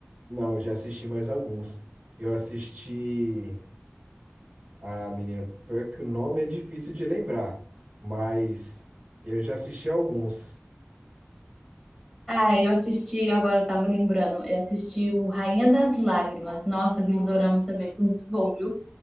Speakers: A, on the right; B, in the centre.
A: Não, eu já assisti mais alguns. Eu assisti. Ah, menina, pior que o nome é difícil de lembrar, mas eu já assisti alguns.
B: Ah, eu assisti, agora eu tava lembrando, eu assisti o Rainha das Lágrimas. Nossa, aquele dorama também foi muito bom, viu?